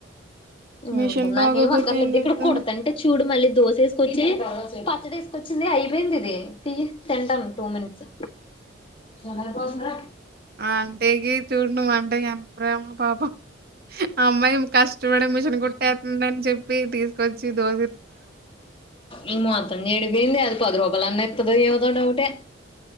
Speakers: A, on the left (about 25°); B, on the right (about 50°).
A: ఉమ్
B: మిషన్
A: నాకేం
B: బాగోపోతే
A: అక్కర్లేదు
B: ఏం చేస్తాం
A: ఇక్కడ కొడతంటే చూడు మళ్ళీ దోస ఏసుకచి పచ్చడి ఏసుకొచ్చింది అయిపోయింది ఇది తిగి తింటాను టూ మినిట్స్ చాలే పోదే
B: అంటేకి చూడు నువ్వుఅంటే ఎంత ప్రేమో పాపం అమ్మాయి కష్టపడి మిషన్ కుట్టేతేదని చెప్పి తీసుకొచ్చి దోశ
A: ఇ మాత్రం చెడిపోఇంది అది పదరూపాఆనట్ ఇతదో ఎవదో డౌట్ ఏ